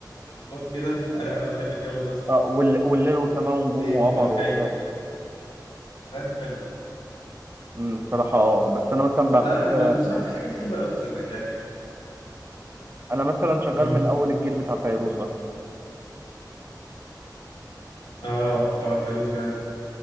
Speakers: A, on the left; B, on the right.
A: البلكون كده <laughs> لا انا بحب الجو ده بصراحه
B: آه وال- والليل وسماء ونجوم
A: بيت
B: وقمر
A: بتكيف
B: وبتاع
A: اغاني حلوه
B: مم. بصراحه اه بس انا مثلا بحب
A: لا لا لا بصراحه في حاجات حلوه قوي زمان يعني مش
B: انا مثلا شغال
A: مم.
B: من اول الجيل بتاع فيروز مثلا
A: اه اه فيروز جامد